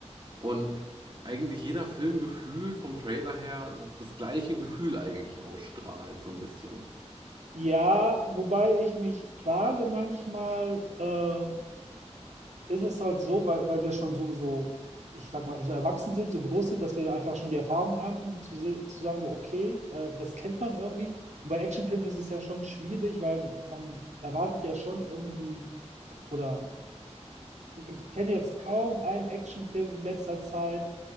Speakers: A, on the right; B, on the right.
A: Und eigentlich jeder Film gefühlt vom Trailer her das, das gleiche Gefühl eigentlich ausstrahlt, so ein bisschen.
B: Ja, wobei ich mich frage manchmal, äh, ist es halt so, weil, weil wir schon so, so, ich sag mal, so erwachsen sind, so groß sind, dass wir einfach schon die Erfahrung haben, zu, se- zu sagen, so, okay, äh, das kennt man irgendwie. Und bei Actionfilmen ist es ja schon schwierig, weil man erwartet ja schon irgendwie, oder ich, ich kenne jetzt kaum einen Actionfilm in letzter Zeit,